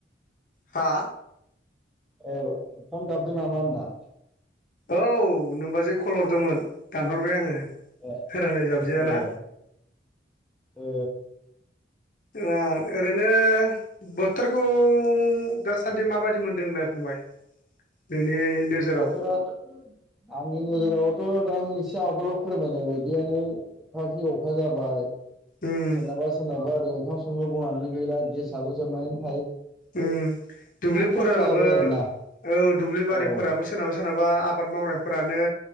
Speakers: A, on the left; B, in the centre.
A: हा
B: ओ फन गाबदों नामा होनदां?
A: औ नोमबाजै कल हरदोंमोन दानहरबाय आङो।
B: ए
A: रायलाय जाबजायाना
B: ए ओ
A: ओ ओरैनो बोथोरखौ दास सानदै माबायदि मोनदों नोंलाय फंबाय? नोंनि नोजोराव
B: बोथोराथ' आंनि नोजोरावथ' दा आं इसे आगोलाव फोरमायनाय बायदियानो अखाखि अखा जाबाय।
A: उम
B: सोरनाबा -सोरनाबा ओरै ओंखाम संनो बुंनानै गैला गेसाबो जोमनानै
A: उम दुब्लिफोराबो
B: खस्थ' जाबाय आरोना
A: औ दुब्लि बारिफोराबो
B: औ
A: सोरोनाबा- सोरोनाबा बा आबाद मावनायफोरानो